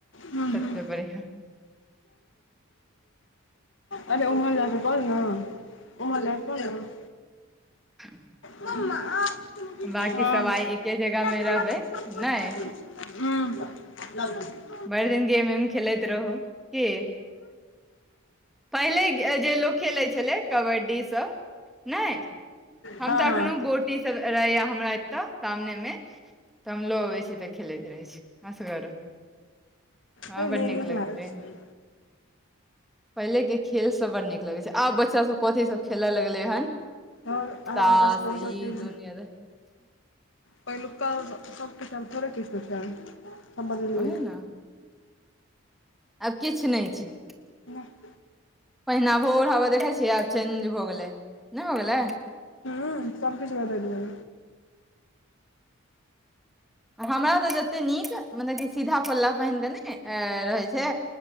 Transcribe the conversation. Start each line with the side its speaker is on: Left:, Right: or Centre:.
Left: हूँ
Centre: तते
Left: हूँ
Centre: बढ़िआँ।
Left: अरे उमर जा कऽ कर नऽ ओमहर जा कऽ कर नऽ
Centre: <unintelligible>
Left: <unintelligible>
Centre: बाँकी सभ आइ एके जगहमे रहबै
Left: <unintelligible>
Centre: नहि भरि दिन गेम एम खेलैत रहू की पहिले जे लोक। खेले छलय कबड्डी सब नेय हम
Left: हँ
Centre: तऽ
Left: हँ
Centre: अखनो गे ई सब रहे या हमरा एतय सामने मे। तऽ हम लो अबै छी तऽ खेलैत रहै छी असगर। हँं
Left: अरे नहि
Centre: बड़ नीक लगत
Left: लागै
Centre: रहे।
Left: छै
Centre: पहिले के खेल सब बड़ नीक लगे छै आब बच्चा सब। कथी सब खेलऽ लगले हन
Left: आओर आब
Centre: तास
Left: ओकरा सबके ओ
Centre: ई
Left: सब चीज
Centre: दुनिया।
Left: पहिलुका सभकेछ थोड़े किछ हो छै। सब बदलि गेलै
Centre: ओहे नऽ आब किछु नहि छै।
Left: नहि।
Centre: पहिना भोगरबै देखै छियै आब चेंज भऽ गेलै नहि हो गेलै।
Left: हँ सब किछु बताै देिबै।
Centre: हमरा तऽ जतेक नीक मतलब कि सीधा पल्ला पहिनक कऽ नहि रहैत छै।